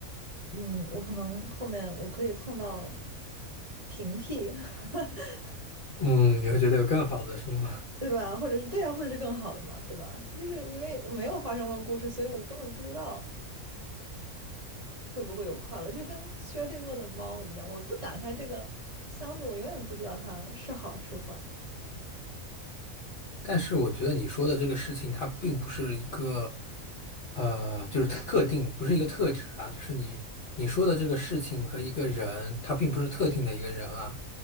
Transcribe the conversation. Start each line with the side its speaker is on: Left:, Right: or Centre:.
Right: 嗯，我可能后面我可以碰到平替，<laughs>
Left: 嗯，你会觉得有更好的是吗？
Right: 对吧？或者是对啊，或者是更好的嘛，对吧？就是因为我没有发生过故事，所以我根本不知道会不会有快乐，就跟薛定谔的猫一样，我不打开这个箱子，我永远不知道它是好是坏。
Left: 但是我觉得你说的这个事情，它并不是一个呃，就是特定，不是一个特质啊，就是你你说的这个事情和一个人，他并不是特定的一个人啊。